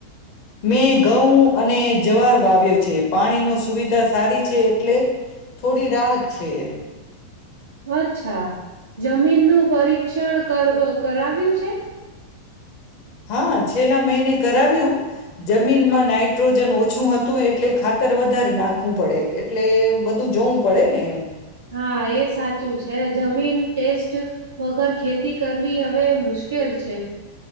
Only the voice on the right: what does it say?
અચ્છા જમીનનું પરીક્ષણ કર કરાવ્યું છે.
હા એ સાચું છે જમીન ટેસ્ટ. વગર ખેતી કરવી હવે મુશ્કેલ છે.